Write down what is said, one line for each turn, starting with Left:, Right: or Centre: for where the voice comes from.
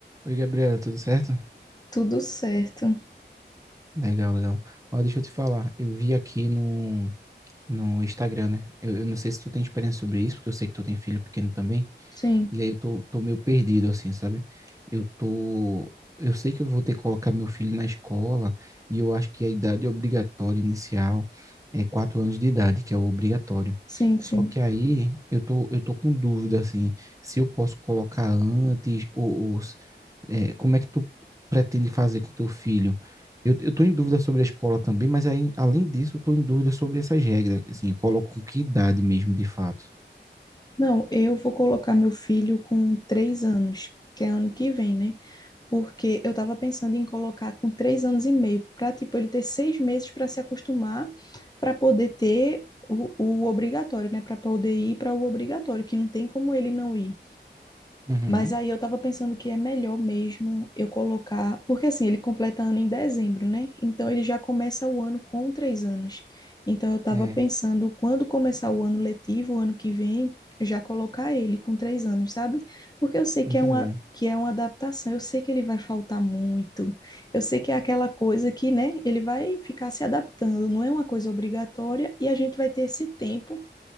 Right: Oi, Gabriela, tudo certo?
Left: Tudo certo.
Right: Legal, legal. Ó, deixa eu te falar, eu vi aqui no, no Instagram, né? Eu, eu não sei se tu tem experiência sobre isso, porque eu sei que tu tem filho pequeno também,
Left: Sim,
Right: E aí eu tô, tô meio perdido, assim, sabe? Eu tô. Eu sei que eu vou ter que colocar meu filho na escola, e eu acho que a idade obrigatória inicial é quatro anos de idade, que é o obrigatório.
Left: sim, sim.
Right: Só que aí eu tô, eu tô com dúvida, assim, se eu posso colocar antes, ou, ou se- é, como é que tu pretende fazer com teu filho? Eu, eu tô em dúvida sobre a escola também, mas aí, além disso, eu tô em dúvida sobre essas regras, assim, eu coloco com que idade mesmo, de fato.
Left: Não, eu vou colocar meu filho com três anos, que é ano que vem, né? Porque eu tava pensando em colocar com três anos e meio, para tipo, ele ter seis meses para se acostumar, para poder ter o, o obrigatório, né? Para poder ir para o obrigatório, que não tem como ele não ir.
Right: Uhum.
Left: Mas aí eu tava pensando que é melhor mesmo eu colocar. Porque assim, ele completa ano em dezembro, né? Então ele já começa o ano com três anos. Então eu tava
Right: É,
Left: pensando, quando começar o ano letivo, o ano que vem, já colocar ele com três anos, sabe? Porque eu sei que
Right: entendi.
Left: é uma, que é uma adaptação, eu sei que ele vai faltar muito. Eu sei que é aquela coisa que, né, ele vai ficar se adaptando, não é uma coisa obrigatória, e a gente vai ter esse tempo